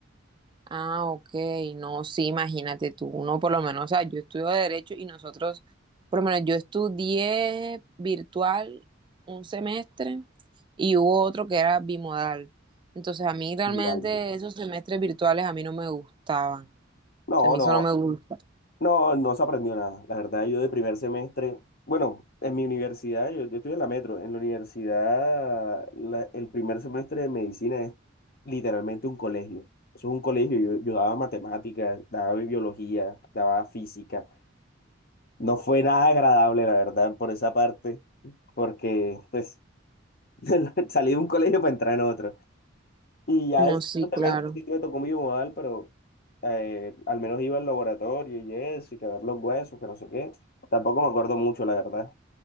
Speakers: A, on the right; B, on the left.
A: Ah, ok, no, sí, imagínate tú, uno por lo menos, o sea, yo estudio derecho y nosotros, por lo menos yo estudié virtual un semestre y hubo otro que era bimodal. Entonces a mí realmente
B: Igualmente.
A: esos semestres virtuales a mí no me gustaban, o
B: No,
A: sea, a mí
B: no,
A: eso no me gusta.
B: no, no se aprendió nada. La verdad, yo de primer semestre, bueno, en mi universidad, yo, yo estudié en la Metro, en la universidad, la- el primer semestre de medicina literalmente un colegio. Eso es un colegio, yo, yo daba matemáticas, daba biología, daba física. No fue nada agradable, la verdad, por esa parte, porque pues <laughs> salí de un colegio para entrar en otro. Y ya
A: No,
B: ese
A: sí,
B: semestre
A: claro,
B: sí me tocó mi modal, pero eh, al menos iba al laboratorio y eso, y que a ver los huesos, que no sé qué. Tampoco me acuerdo mucho, la verdad,